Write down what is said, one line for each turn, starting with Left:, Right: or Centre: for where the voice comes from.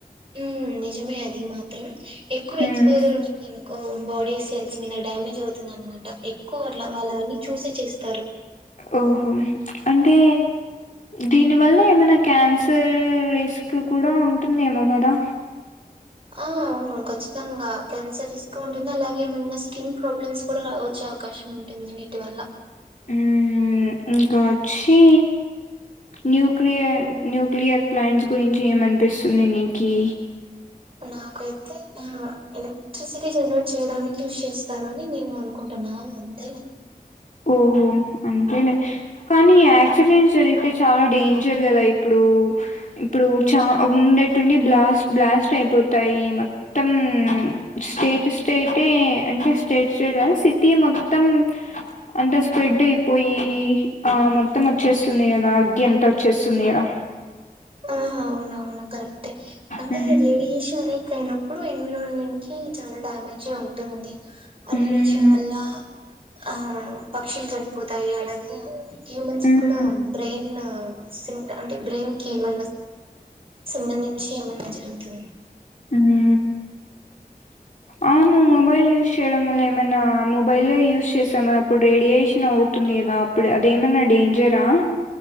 Right: ఉమ్ నిజమే అది మాత్రం ఎక్కువ
Left: మ్మ్
Right: ఎక్స్పోజర్ ఉం ఓ బాడీ సెల్స్ మీద డ్యామేజవుతుంది అనమాట ఎక్కువ అట్ల వాళ్ళ అన్నీ చూసే చేస్తారు
Left: ఓహో అంటే దీని వల్ల ఏమైనా క్యాన్సర్ రిస్క్ కూడా ఉంటుందేమో గదా
Right: ఆహ్ అవును ఖచ్చితంగా క్యాన్సరిస్క్ ఉంటుంది అలాగే ఏమన్నా స్కిన్ ప్రాబ్లమ్స్ కూడా రావచ్చు అవకాశం ఉంటుంది వీటి వల్ల
Left: ఆహ్ ఉహ్ ఇంకా వచ్చీ న్యూక్లియర్ న్యూక్లియర్ ప్లాంట్స్ గురించి ఏం అనిపిస్తుంది నికీ
Right: నాకైతే ఆహ్ ఎలక్ట్రిసిటీ జనరేట్ చేయడానికి యూస్ చేస్తారు అని నేను అనుకుంటా ఆ అంతే
Left: ఓహో అంతేలే కానీ యాక్సిడెంట్స్ జరిగితే చాలా డేంజర్ గదా ఇప్పుడూ ఇప్పుడు ఇప్పుడు చ ఉనట్టుండి బ్లస్ బ్లాస్ట్ అయిపోతాయి మొత్తం స్టి స్టేటే అంటే స్టేట్ స్టేట్ గా సిటీ మొత్తం అంతా స్ప్రెడయిపోయి ఆ మొత్తం వచ్చేస్తుంది గదా అగ్గి అంత వచ్చేంది తుందిగద
Right: ఆ అవునవును కరక్టే అంటే
Left: మ్మ్
Right: రేడియేషన్ అయినప్పుడు ఎన్విరాన్మెంట్ కి చాలా డ్యామేజె ఉంటుంది
Left: మ్మ్
Right: రేడియేషన్ వల్ల ఆ పక్షులు చనిపోతాయి అలాగే హ్యూమన్స్
Left: మ్మ్
Right: కూడా బ్రెయిన్ సి అంటే బ్రెయిన్ కి మ సంబంధించి ఎమన్నా జరుగుతుంది
Left: హు అవును మొబైల్ యూజ్ చేయడం వల్ల ఏమనా మొబైల్లో యూజ్ చేస్తాం అప్పుడు రేడియేషన్ అవు ఉంటుందిగా అప్పుడు అదేమన్నా డేంజరా